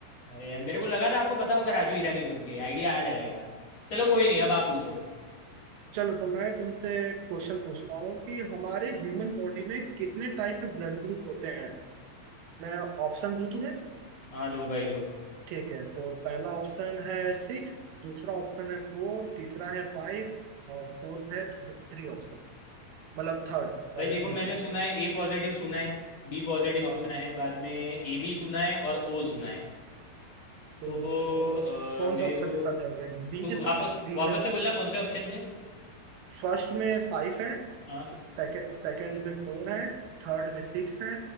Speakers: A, on the left; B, on the right.
A: अरे यार मेरे को लगा था आपको पता होगा राजू ईरानी सुन के आइडिया आ जाएगा चलो कोई नहीं अब आप पूछो
B: चलो तो मैं तुमसे एक क्वेश्चन पूछता हूँ कि हमारे ह्यूमन बॉडी में कितने टाइप के ब्लड ग्रुप होते हैं मैं ऑप्शन दूं तुम्हें
A: हाँ दो भाई दो
B: ठीक है तो पहला ऑप्शन है सिक्स दूसरा ऑप्शन है फोर तीसरा है फाइव और फोर्थ है थ्री ऑप्शन मतलब थर्ड
A: भाई
B: और
A: देखो
B: तीन
A: मैंने सुना है ए पॉजिटिव सुना है बी पॉजिटिव
B: हाँ
A: सुना है बाद में ए बी सुना है और ओ सुना है
B: तो
A: तो
B: तुम
A: अ,
B: कौन
A: मेरे
B: से ऑप्शन
A: को
B: के साथ जाओगे बी
A: तो
B: के साथ
A: वापस
B: बी
A: वापस
B: में
A: से बोलना कौन से ऑप्शन थे
B: फर्स्ट में फाइव है
A: हाँ
B: सेकंड सेकंड में फोर है थर्ड में सिक्स है